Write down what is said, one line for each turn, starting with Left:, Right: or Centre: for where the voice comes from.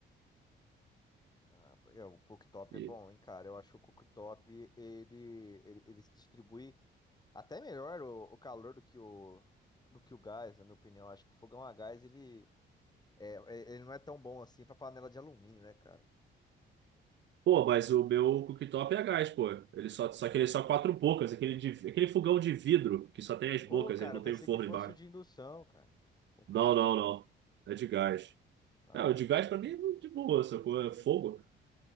Left: Ah, é, o cooktop
Right: E,
Left: é bom, hein, cara? Eu acho que o cooktop, ele, ele, ele se distribui até melhor o, o calor do que o, do que o gás, na minha opinião. Eu acho que o fogão a gás, ele, é, é- ele não é tão bom assim pra panela de alumínio, né, cara?
Right: pô, mas o meu cooktop é a gás, pô. Ele só, só que ele é só quatro bocas, aquele, de- aquele fogão de vidro que só tem as bocas,
Left: Ô, cara,
Right: ele não
Left: eu pensei
Right: tem o forno
Left: que fosse
Right: embaixo.
Left: o de indução, cara. Confundi.
Right: Não, não, não. É de gás.
Left: Ah,
Right: É, o de
Left: entendi.
Right: gás pra mim é de boa, sacou? É fogo.